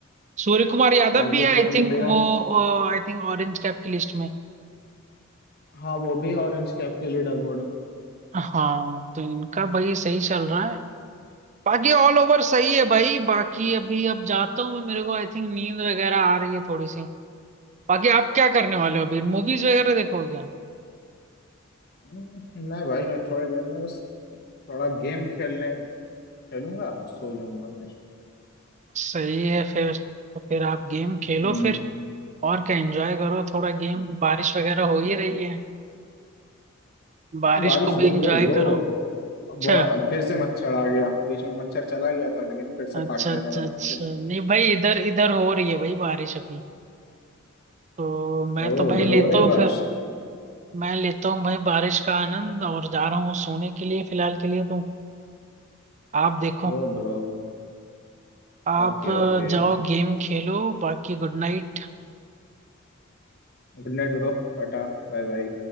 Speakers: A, on the right; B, on the left.
A: सूर्य कुमार यादव
B: हार्दिक
A: भी है आई
B: पांड्या
A: थिंक वो आई थिंक ऑरेंज कैप की लिस्ट में
B: हाँ वो भी ऑरेंज कैप के लीडर बोर्ड में
A: हाँ तो इनका भाई सही चल रहा है बाकी ऑल ओवर सही है भाई बाकी अभी अब जाता हूँ मैं मेरे को आई थिंक नींद वगैरह आ रही है थोड़ी सी बाकी आप क्या करने वाले हो अभी मूवीज वगैरह देखोगे क्या
B: हम्म, नहीं भाई मैं थोड़ी देर में बस थोड़ा गेम खेलने खेलूंगा सो जाऊंगा फिर
A: सही है फिर तो फिर आप गेम खेलो
B: हम्म,
A: फिर और क्या एंजॉय करो थोड़ा गेम बारिश वगैरह हो ही रही है बारिश
B: बारिश
A: को भी
B: रुक
A: एंजॉय
B: गई ब्रो
A: करो अच्छा
B: बहुत फिर से मच्छर आ गया बीच में मच्छर चला गया था लेकिन फिर से
A: अच्छा
B: काटने
A: अच्छा
B: लगा मच्छर
A: अच्छा नहीं भाई इधर इधर हो रही है भाई बारिश अभी तो मैं
B: ओ
A: तो भाई
B: उधर
A: लेता
B: हो रही है
A: हूँ
B: बारिश
A: फिर मैं लेता हूँ भाई बारिश का आनंद और जा रहा हूँ सोने के लिए फिलहाल के लिए तो आप देखो
B: Oh bro
A: आप
B: Okay
A: अ,
B: okay
A: जाओ गेम खेलो बाकी गुड नाइट
B: Good night bro Tata Bye bye